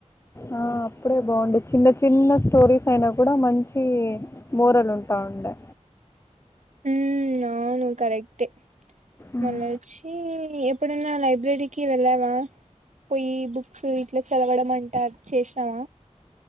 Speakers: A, on the left; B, on the right.
A: ఆ, అప్పుడే బావుండి చిన్న చిన్న స్టోరీస్ అయినా కూడా మంచి మోరల్ ఉంటా ఉండే
B: ఉమ్ అవును కరెక్టే
A: ఉమ్.
B: మళ్ళ వచ్చీ ఎప్పుడన్న లైబ్రరీకి వెళ్ళావ పొయ్యి బుక్స్ ఇట్ల చదవడమంట చేష్నావ